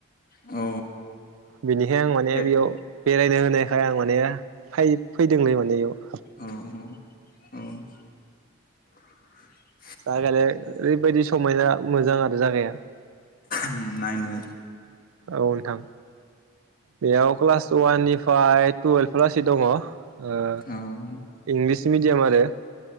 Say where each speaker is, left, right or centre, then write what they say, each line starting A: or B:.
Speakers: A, on the left; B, on the right.
A: औ।
B: बेनिखाय आं माने
A: ए
B: बेयाव बेरायनो होनो फाय आं मानेबा फाय फैदोंलै माने एमाव।
A: औ औ औ। <inaudible>
B: जागायालाय ओरैबायदि समायना मोजां आरो जागाया।
A: उम नायनो
B: औ नोंथां। बेयाव क्लास वाननि फाय टुयेल्भ लासै दङ। ओ
A: औ औ
B: इंलिस मिडियाम आरो।